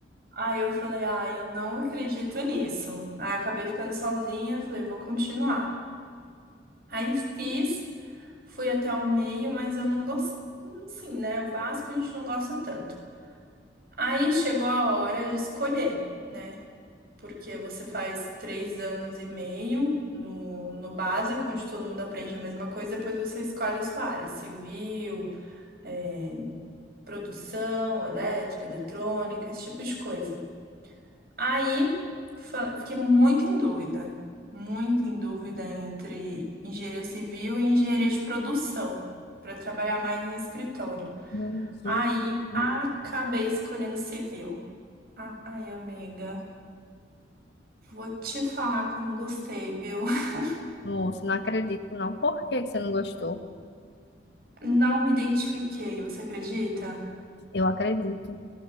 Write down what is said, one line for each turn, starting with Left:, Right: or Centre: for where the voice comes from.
Right: Aí eu falei, ah, eu não acredito nisso. Aí acabei ficando sozinha, falei, vou continuar. Aí fiz, fui até o meio, mas eu não gostei, assim, né? O básico a gente não gosta tanto. Aí chegou a hora de escolher, né? Porque você faz três anos e meio no, no básico, onde todo mundo aprende a mesma coisa, depois você escolhe a sua área, civil, eh, produção, elétrica, eletrônica, esse tipo de coisa. Aí fa- fiquei muito em dúvida, muito em dúvida entre engenharia civil e engenharia de produção, para trabalhar mais em escritório.
Left: Nossa,
Right: Aí
Left: não,
Right: acabei escolhendo civil. Ai, amiga, vou te falar que eu não gostei, viu? <laughs>
Left: nossa, não acredito, não. Por que que você não gostou?
Right: Não me identifiquei, você acredita?
Left: Eu acredito.